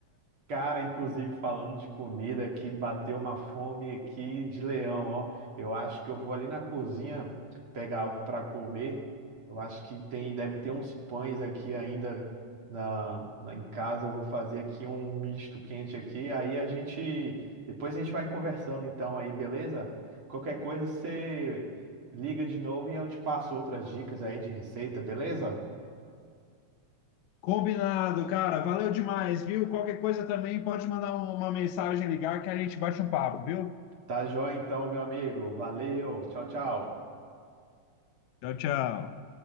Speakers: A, on the right (about 45°); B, on the left (about 75°).
A: Cara, inclusive falando de comida aqui, bateu uma fome aqui de leão, ó. Eu acho que eu vou ali na cozinha pegar algo para comer. Eu acho que tem, deve ter uns pães aqui ainda na, na- em casa. Eu vou fazer aqui um misto quente aqui. Aí a gente, depois a gente vai conversando então aí, beleza? Qualquer coisa você liga de novo e eu te passo outras dicas aí de receita, beleza?
B: Combinado, cara. Valeu demais, viu? Qualquer coisa também pode mandar uma uma mensagem, ligar que a gente bate um papo, viu?
A: Tá joia então, meu amigo. Valeu. Tchau, tchau.
B: Tchau, tchau.